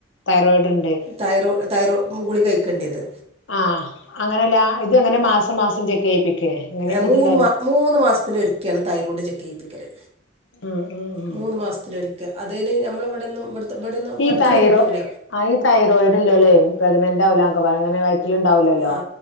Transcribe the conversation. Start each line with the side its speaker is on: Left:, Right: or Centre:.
Left: തൈറോയിഡ് ഉണ്ട്
Right: തൈറോ തൈറോ കുളിക കഴിക്കേണ്ടിയത്
Left: ആഹ് അങ്ങനെല്ല ഇത് അങ്ങനെ മാസം മാസം ചെക്ക് ചെയ്യിപ്പിക്കേ എങ്ങനെ ഇപ്പ
Right: ഏ മൂന്ന്
Left: ഇത്ണ്ടാവും
Right: മൂന്ന് മാസത്തില് ഒരുക്കെയാണ് തൈറോയിഡ് ചെക്ക് ചെയ്പ്പിക്കല്
Left: ആഹ് ആഹ് ആഹ്
Right: മൂന്ന് മാസത്തിലൊരിക്ക അതിന് നമ്മള് ഇവിടെയൊന്നും ഇ ഇവിടെയൊന്നും
Left: ഈ
Right: പെട്ടെന്ന്
Left: തൈറോ
Right: കിട്ടൂല
Left: ആ ഈ തൈറോയിഡ് ഇല്ലോര് പ്രഗ്നന്റ് ആവില്ലന്ന്ഒക്കെപറ അങ്ങനെ വയറ്റിൽ ഉണ്ടാവില്ലല്ലോ
Right: ആ